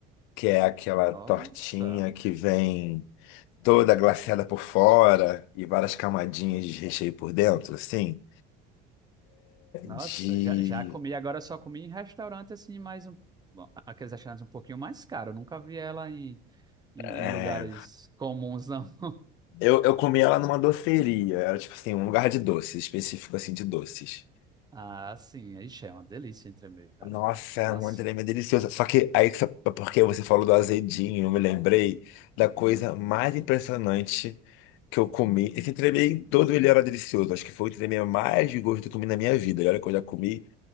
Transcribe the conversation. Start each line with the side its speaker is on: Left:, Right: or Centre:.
Left: que é aquela
Right: Nossa,
Left: tortinha que vem toda glaciada por fora e várias camadinhas de recheio por dentro, assim.
Right: nossa,
Left: de.
Right: já, já comi. Agora eu só comi em restaurante, assim, mais um. Bom, aqueles restaurantes um pouquinho mais caros. Eu nunca vi ela em, em,
Left: é,
Right: em lugares comuns, não. <laughs>
Left: eu, eu comi ela numa doceria. Era tipo assim, um lugar de doces, específico assim de doces.
Right: Ah, sim, ixi, é uma delícia entremeio, cara.
Left: Nossa, é
Right: Nossa,
Left: uma tremenda deliciosa. Só que aí, que você- é porque você falou do azedinho, eu me lembrei da coisa mais impressionante que eu comi. Esse entremeio em todo ele era delicioso. Acho que foi o entremeio mais de gosto que eu comi na minha vida. E olha que eu já comi